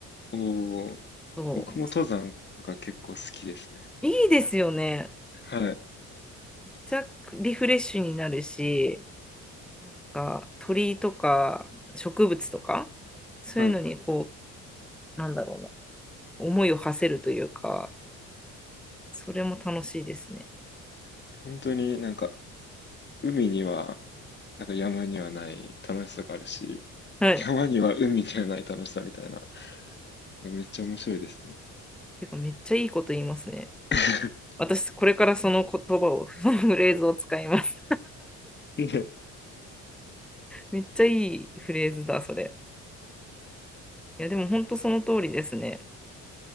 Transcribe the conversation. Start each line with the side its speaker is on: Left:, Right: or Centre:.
Left: おー、
Centre: そう。
Left: 僕も登山とか結構好きですね。
Centre: いいですよね。
Left: はい、
Centre: ちゃリフレッシュになるし、なんか鳥とか植物とか、そういうのにこ
Left: はい。
Centre: う、なんだろうな、思いを馳せるというか、それも楽しいですね。
Left: 本当になんか、海には、なんか山にはない楽しさがあるし、
Centre: はい。
Left: 山には海にはない楽しさみたいな、めっちゃ面白いですね。
Centre: てかめっちゃいいこと言いますね。
Left: <laughs>
Centre: 私、これからその言葉を、<laughs> そのフレーズを使います。
Left: いや、い
Centre: めっちゃいいフレーズだ、それ。いや、でも本当その通りですね。